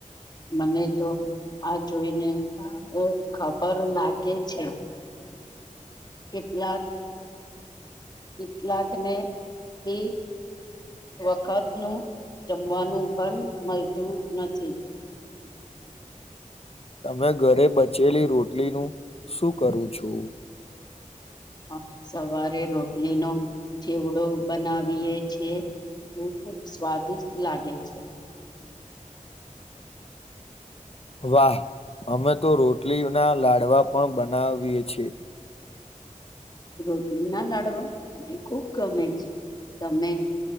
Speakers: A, on the left (about 30°); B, on the left (about 45°).
A: મને તો આ જોઈને અ ખબર લાગે છે. કેટલાક કેટલાક ને બી. વખત નું જમવાનું પણ મળતું નથી.
B: તમે ઘરે બચેલી રોટલીનું શું કરું છું
A: અમે સવારે રોટલી નો ચેવડો બનાવીએે છીએ. ખૂબ સ્વાદિષ્ટ લાગે છે.
B: વાહ અમે તો રોટલી ના લાડવા પણ બનાવીએ છીએ.
A: રોટલી ના લાડવા મને ખુબ ગમે છે તમે